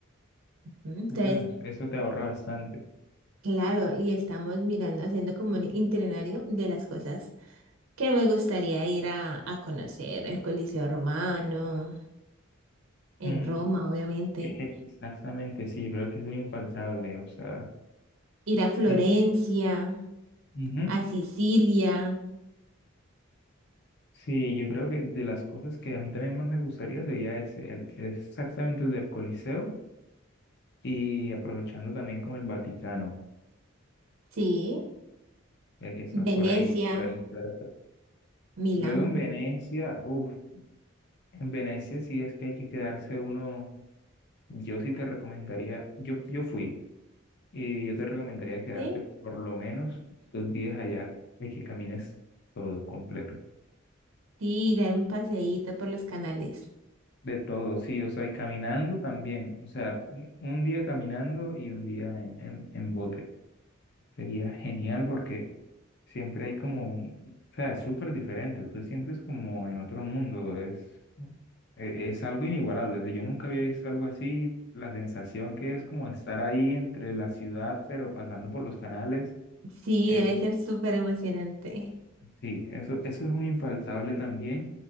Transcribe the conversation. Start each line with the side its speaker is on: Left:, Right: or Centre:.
Right: Ujú, Entonces,
Left: Bueno, eso te ahorra bastante.
Right: claro, y estamos mirando, haciendo como un itinerario de las cosas que me gustaría ir a, a conocer, el Coliseo Romano, en
Left: Mm,
Right: Roma, obviamente,
Left: eh, Exactamente, sí, yo creo que es un infaltable, o sea,
Right: ir a Florencia,
Left: eh, ujú.
Right: a Sicilia,
Left: Sí, yo creo que de las cosas que a mí también más me gustaría sería ese, el, exactamente el del Coliseo y aprovechando también con el Vaticano,
Right: sí,
Left: ya que estás
Right: Venecia.
Left: por ahí, por ahí cerca.
Right: Milán,
Left: Luego en Venecia, uff, en Venecia sí es que hay que quedarse uno, yo sí te recomendaría, yo, yo fui. Y yo te recomendaría quedarte
Right: ¿sí?
Left: por lo menos dos días allá y que camines todo completo.
Right: Sí, dar un paseíto por los canales.
Left: De todo, sí, o sea, y caminando también. O sea, un un día caminando y un día en, en, en bote. Sería genial porque siempre hay como, o sea, es súper diferente. Tú te sientes como en otro mundo. Es, e- es algo inigualable. O sea, yo nunca había visto algo así. La sensación que es como estar ahí entre la ciudad, pero pasando por los canales,
Right: Sí,
Left: es...
Right: debe ser súper emocionante.
Left: Sí, eso, eso es un infaltable también